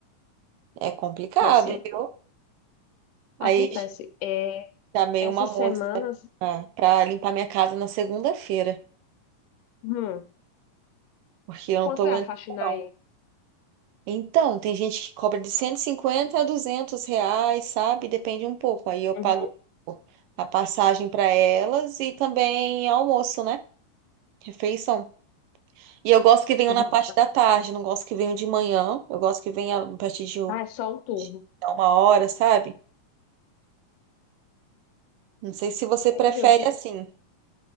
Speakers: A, on the right; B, on the left.
A: É complicado,
B: Acontece,
A: viu? Aí
B: acontece. É,
A: chamei
B: essas
A: uma moça
B: semanas,
A: pra pra limpar minha casa na segunda-feira,
B: hum,
A: porque eu não
B: quanto
A: tô aguentando,
B: é a faxina
A: não.
B: aí?
A: Então, tem gente que cobra de 150 a 200 reais, sabe? Depende um pouco. Aí eu
B: Uhum.
A: pago a passagem para elas e também almoço, né? Refeição. E eu gosto que venham
B: Eu
A: na
B: vou,
A: parte da tarde, não gosto que venham de manhã. Eu gosto que venha a partir de um-
B: Ah, é só um turno.
A: de uma hora, sabe? Não sei se você prefere
B: Meu Deus, é-
A: assim.